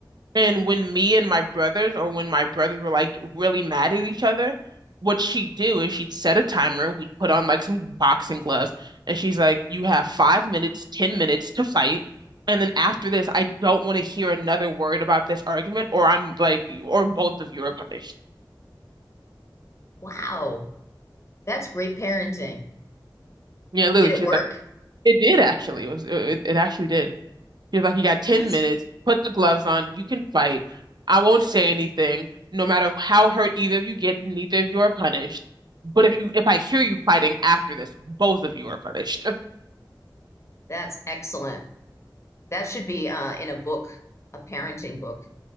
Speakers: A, on the right; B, on the left.
A: And when me and my brothers, or when my brothers were like really mad at each other, what she'd do is she'd set a timer. We'd put on like some boxing gloves, and she's like, "You have five minutes, ten minutes to fight." And then after this, I don't want to hear another word about this argument, or I'm like, or both of you are punished.
B: Wow, that's great parenting.
A: Yeah, literally,
B: Did it
A: she
B: work?
A: was like, it did actually. It was it, it actually did. She was like, you got 10
B: <laughs> That's
A: minutes, put the gloves on, you can fight. I won't say anything, no matter how hurt either of you get, neither of you are punished. But if you if I hear you fighting after this, both of you are punished. <laughs>
B: that's excellent. That should be uh, in a book, a parenting book.